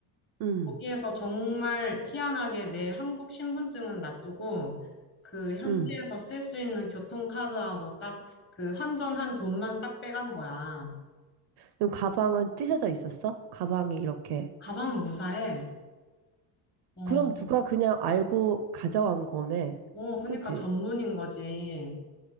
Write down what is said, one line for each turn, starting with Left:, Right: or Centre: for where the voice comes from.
Right: 응.
Left: 거기에서 정말 희한하게 내 한국 신분증은 놔두고 그 현지에서
Right: 응.
Left: 쓸 수 있는 교통카드하고 딱 그 환전한 돈만 싹 빼간 거야.
Right: 그럼 가방은 찢어져 있었어? 가방이 이렇게.
Left: 가방 무사해. 어,
Right: 그럼 누가 그냥 알고 가져간 거네.
Left: 어, 그니까
Right: 그지?
Left: 전문인 거지.